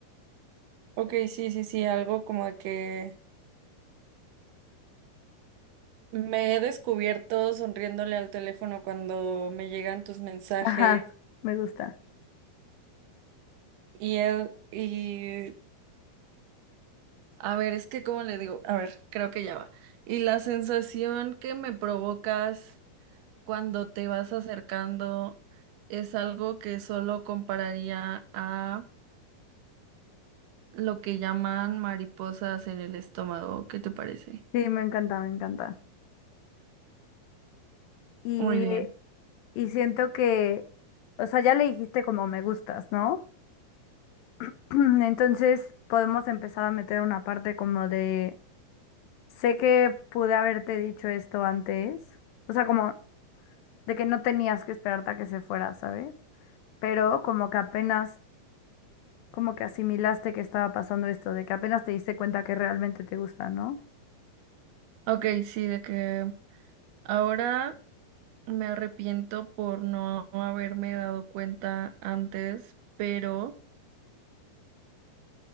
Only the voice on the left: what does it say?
Ajá, me gusta.
Sí, me encanta, me encanta. Y,
y siento que, o sea, ya le dijiste como me gustas, ¿no? <clears throat> Entonces podemos empezar a meter una parte como de, sé que pude haberte dicho esto antes, o sea, como de que no tenías que esperarte a que se fuera, ¿sabes? pero como que apenas, como que asimilaste que estaba pasando esto, de que apenas te diste cuenta que realmente te gusta, ¿no?